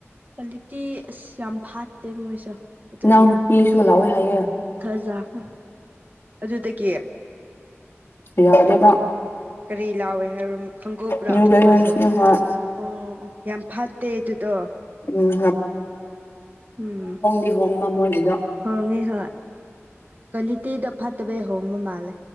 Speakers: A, on the right; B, on the left.
A: ꯀ꯭ꯋꯥꯂꯤꯇꯤ ꯑꯁ ꯌꯥꯝ ꯐꯠꯇꯦ ꯃꯣꯏꯁꯣ ꯑꯗꯨꯒꯤ
B: ꯏꯅꯥꯎꯅꯨꯄꯤꯁꯨ ꯂꯧꯋꯦ ꯍꯥꯏꯌꯦ
A: ꯊꯥꯁ <unintelligible> ꯑꯗꯨꯗꯒꯤ
B: ꯌꯥꯗꯦꯕ
A: ꯎꯝ ꯀꯔꯤ ꯂꯥꯎꯋꯦ ꯍꯥꯏꯕ꯭ꯔꯥ ꯈꯪꯍꯩꯕ꯭ꯔꯥ
B: ꯅ꯭ꯌꯨ ꯕꯦꯂꯦꯟꯁꯅꯤ
A: ꯃꯥꯁꯨ
B: ꯍꯣꯏ
A: ꯑꯣ ꯑꯣ ꯌꯥꯝ ꯐꯠꯇꯦ ꯑꯗꯨꯗꯣ
B: ꯎꯝ
A: ꯎꯝ
B: <unintelligible> ꯃꯣꯏꯒꯤꯗꯥ
A: ꯍꯣꯡꯉꯤ ꯍꯣꯏ ꯀ꯭ꯋꯥꯂꯤꯇꯤꯗꯥ ꯐꯠꯇꯕꯩ ꯍꯣꯡꯕ ꯃꯥꯜꯂꯦ